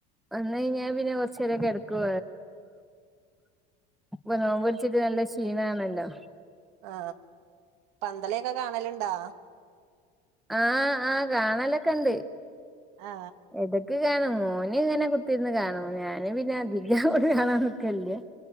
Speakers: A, in the centre; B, on the right.
A: വന്ന് കഴിഞ്ഞ പിന്നെ കൊറച്ചരക്കെ കിടക്കോ ഇപ്പൊ നോമ്പ് പിടിച്ചിട്ട് നല്ല ക്ഷീണമാണല്ലോ
B: ആ പന്തളി ഓക്കേ കാണലുണ്ടോ
A: ആ ആ കാണലൊക്കെ ഉണ്ട്
B: ആ
A: ഇടക്കൊക്കെ കാണും ഓൻ ഇങ്ങനെ കുത്തിന്ന് കാണുന്നു ഞാന് പിന്നെ അധികം കാണാൻ നിക്കലില്ല